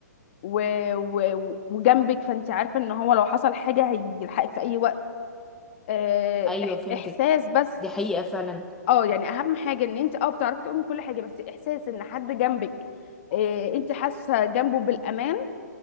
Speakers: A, on the left; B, in the centre.
A: و... و... وجنبك فانت عارفه ان هو لو حصل حاجه هيلحقك في اي وقت آه،
B: ايوه
A: إح...
B: فهمتك
A: احساس بس
B: دي حقيقة فعلا
A: اه يعني اهم حاجه ان انت اه بتعرفي تقومي كل حاجه بس احساس ان حد جنبك إيه انت حاسه جنبه بالامان